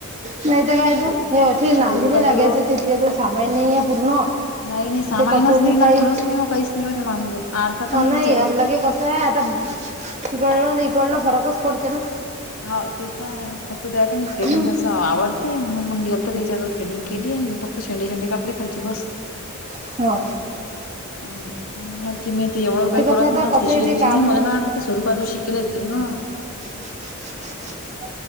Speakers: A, on the right (about 30°); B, on the left (about 80°).
A: नाही तर काय
B: सो
A: तं नांदी
B: स्वरूपाजवळ
A: नाही लागायचं ते तिच्याजवळ सामाईन नाही पूर्ण.
B: नाही नाही सामायनच
A: ते कसं
B: नाही
A: बी
B: ना
A: काही.
B: फरच नाही हो काहीच नाही हो ते मामीजवळ आडसा तर
A: नाही
B: बिचारे
A: लगे कसं आता तिकडलं इकडलं फरकच पडते नं.
B: हा. ते आहे फक्त त्या कानाही थ्रेडिंग
A: हम्म
B: असं आवडते म्हणून मग गेलतो तिच्याजव थ्रेडिंग केली आणि फक्त शेडें शेंडे कापले खालचे बस.
A: हो.
B: मग म्हणालती मी ते एवढं काही करत
A: कसं आता
B: नाही
A: कसं
B: फेशियल
A: येते
B: बिशियल
A: काम
B: नाही मला काय वाटलं ते स्वरूपाचं शिकेल आहे तिनं
A: <unintelligible> हंम <inaudible>